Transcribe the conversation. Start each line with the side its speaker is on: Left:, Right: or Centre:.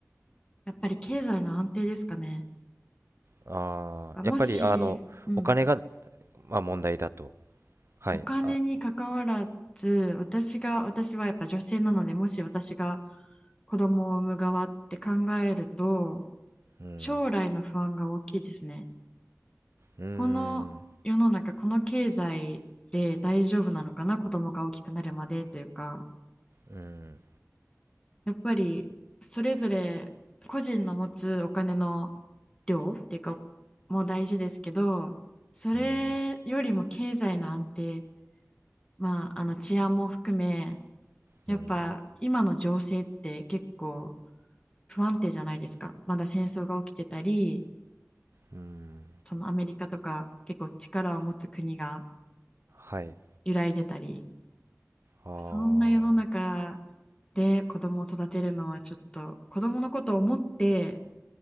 Left: やっぱり経済の安定ですかね。
Right: あーやっぱりあのお金が、
Left: もし、うん、
Right: まあ、問題だと、はい、
Left: お金に関わらず、
Right: あ、
Left: 私が、私はやっぱ女性なので、もし私が子供を産む側って考えると、
Right: うん、
Left: 将来の不安が大きいですね。
Right: うーん、
Left: この世の中、この経済で大丈夫なのかな、子供が大きくなるまでというか、
Right: うん、
Left: やっぱりそれぞれ個人の持つお金の量っていうかも大事ですけどそれよりも経済の安定、
Right: うん、
Left: まあ、あの治安も含めやっぱ今の情勢って結構
Right: うん、
Left: 不安定じゃないですかまだ戦争が起きてたり
Right: うん、
Left: そのアメリカとか結構力を持つ国が
Right: はい、
Left: 揺らいでたり
Right: あー、
Left: そんな世の中で子供を育てるのはちょっと子供のことを思って